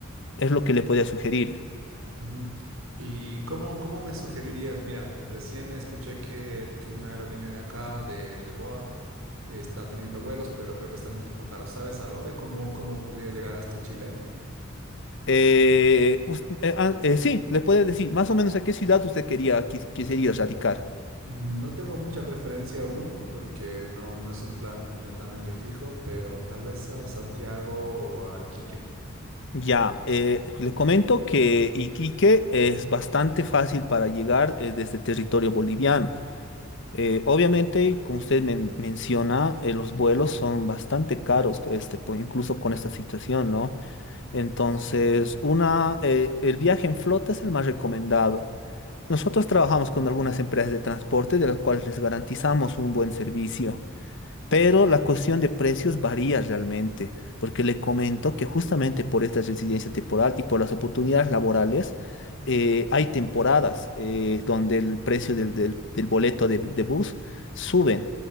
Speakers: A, on the left (about 65°); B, on the right (about 80°).
A: Es lo que le podría sugerir.
B: Ujú. ¿Y cómo, cómo me sugerirías? Mira, recién escuché que, el- que una aerolínea de acá, de, de Boa, está teniendo vuelos, pero creo que están un poco caros. ¿Sabes algo de cómo, cómo podría llegar hasta Chile?
A: Eh, us- eh, ah, eh, sí, le puede decir más o menos a qué ciudad usted quería, quis- quisiera radicar.
B: No tengo mucha preferencia aún, porque no, no es un plan netamente fijo, pero tal vez a Santiago o a Iquique.
A: Ya, eh, le comento que Iquique es bastante fácil para llegar eh, desde territorio boliviano. Eh, obviamente, como usted men- menciona, eh, los vuelos son bastante caros, pues, este, po- incluso con esta situación, ¿no? Entonces, una, eh, el viaje en flota es el más recomendado. Nosotros trabajamos con algunas empresas de transporte de las cuales les garantizamos un buen servicio. Pero la cuestión de precios varía realmente, porque le comento que justamente por esta residencia temporal y por las oportunidades laborales, eh, hay temporadas eh, donde el precio del, del- del boleto de, de bus suben.